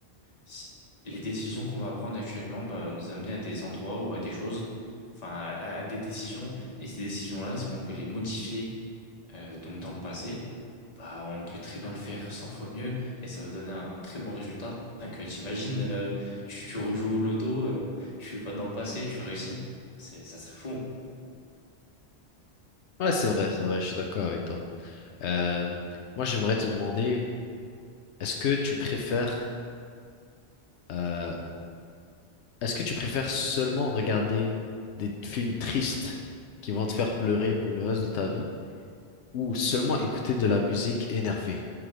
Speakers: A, on the left (about 40°); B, on the left (about 85°).
A: si- les décisions qu'on va prendre actuellement bah, nous amener à des endroits ou à des choses, enfin à, à- à des décisions. Et ces décisions-là, si on peut les modifier euh, donc dans le passé, bah, on peut très bien le faire 100 fois mieux et ça va donner un, un très bon résultat. Rien que t'imagines, euh, tu, tu rejoues au loto, euh, tu vas dans le passé, tu réussis. C'est, ça serait fou.
B: Ouais, c'est vrai, c'est vrai, je suis d'accord avec toi. Euh, moi, j'aimerais te demander, est-ce que tu préfères, euh, est-ce que tu préfères seulement regarder des films tristes qui vont te faire pleurer pour le reste de ta vie, ou seulement écouter de la musique énervée